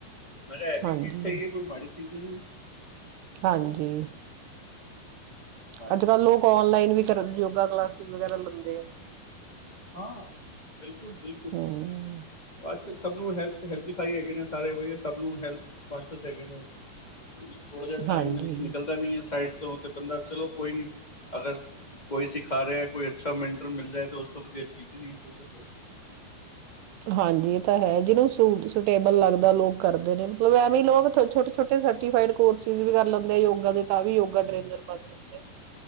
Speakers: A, on the left; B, on the right.
A: ਮੈਂ ਕਿਹਾ ਏਹ ਵੀ
B: ਹਾਂਜੀ
A: ਚੀਜ਼ ਸਹੀ ਏ, ਕੋਈ ਮਾੜੀ ਕੇ ਨਹੀਂ?
B: ਹਾਂਜੀ।
A: ਹੈਨਾ ਹਾਂਜੀ
B: ਅੱਜ ਕੱਲ੍ਹ
A: ਹਾਂਜੀ
B: ਲੋਕ ਔਨਲਾਈਨ ਵੀ
A: ਠੀਕ
B: ਕਰਨ,
A: ਹੈ
B: ਯੋਗਾ ਕਲਾਸਿਸ ਵਗੈਰਾ ਲਨ
A: ਹਾਂ ਬਿਲਕੁਲ-ਬਿਲਕੁਲ-ਬਿਲਕੁਲ
B: ਹਮ
A: ਜ ਕੱਲ ਸਭ ਨੂੰ ਹੈਲਥ ਹੈਲਥੀਫਾਈਡ ਹੈਗੇ ਨੇ, ਸਾਰੇ ਵਧੀਆ ਸਭ ਨੂੰ ਹੈਲਥ ਕੋਨਸ਼ੀਅਸ ਹੈਗੇ ਨੇ। ਥੋੜਾ ਜਿਹਾ ਟਾਈਮ
B: ਹਾਂਜੀ
A: ਮਿਲ ਨਿਕਲਦਾ ਨੀ ਹੈ ਸਾਈਡ ਤਯੋ ਤੇ ਬੰਦਾ ਚਲੋ ਕੋਈ ਨਹੀਂ, ਅਗਰ ਕੋਈ ਸਿਖਾ ਰਿਹਾ ਏ, ਕੋਈ ਅੱਛਾ ਮੈਂਟਰ ਮਿਲ ਜਾਏ ਤਾਂ ਉਸ ਉਸ ਤੋਂ ਵਧੀਆ ਚੀਜ਼ ਹੀ ਨਹੀਂ ਕੋਈ ਫਿਰ ਤੇ।
B: ਹਾਂਜੀ, ਇਹ ਤਾਂ ਹੈ, ਜਿਦੋਂ ਸੁ ਸੁਟੇਬਲ ਲੱਗਦਾ ਲੋਕ ਕਰਦੇ ਨੇ, ਮਤਲਬ ਐਵੇਂ ਲੋਗ ਛੋਟੇ-ਛੋਟੇ ਸਰਟੀਫਾਈਡ ਕੋਰਸਿਸ ਵੀ ਕਰ ਲੈਂਦੇ ਆ ਯੋਗਾ ਦੇ ਤਾਂ ਵੀ ਉਹ ਯੋਗਾ ਟਰੇਨਰ ਬਣ ਜਾਂਦੇ ਐ,